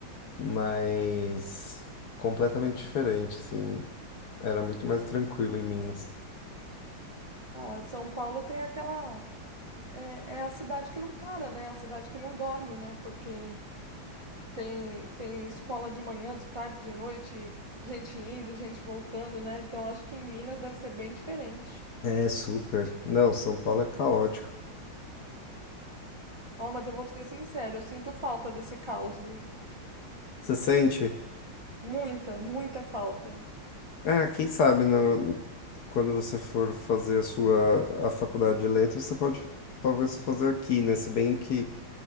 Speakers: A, on the left; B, on the right.
A: mas completamente diferente, assim. Era muito mais tranquilo em Minas.
B: Ah, São Paulo tem aquela É, é a cidade que não para, né? É a cidade que não dorme, né? Porque tem, tem escola de manhã, de tarde, de noite, gente indo, gente voltando, né? Então acho que em Minas deve ser bem diferente.
A: É, super. Não, São Paulo é caótico.
B: Ó, mas eu vou ser sincero, eu sinto falta desse caos, viu?
A: Você sente?
B: Muita, muita falta.
A: É, quem sabe, no, quando você for fazer a sua a faculdade de letras, você pode talvez fazer aqui, né? Se bem que